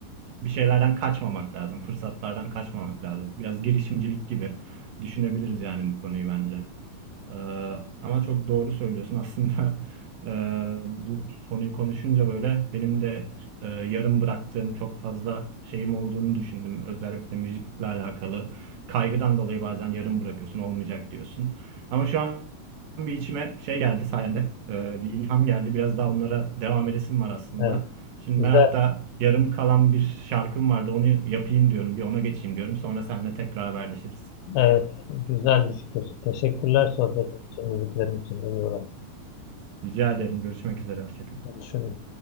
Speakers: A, on the right (about 70°); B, on the left (about 80°).
A: bir şeylerden kaçmamak lazım. Fırsatlardan kaçmamak lazım. Biraz girişimcilik gibi düşünebiliriz yani bu konuyu bence. Ee, ama çok doğru söylüyorsun. Aslında <laughs> e, bu konuyu konuşunca böyle benim de e, yarım bıraktığım çok fazla şeyim olduğunu düşündüm. Özellikle müzikle alakalı kaygıdan dolayı bazen yarım bırakıyorsun, olmayacak diyorsun. Ama şu an bir içime şey geldi sayende, e, bir ilham geldi. Biraz daha onlara devam edesim var aslında.
B: Evet,
A: Şimdi
B: güzel.
A: ben hatta yarım kalan bir şarkım vardı. Onu yapayım diyorum. Bir ona geçeyim diyorum. Sonra seninle tekrar haberleşiriz.
B: Evet, güzel bir fikir. Teşekkürler sohbetin için, müziklerin için de Buğra.
A: Rica ederim. Görüşmek üzere. Hoşça kal.
B: Görüşürüz.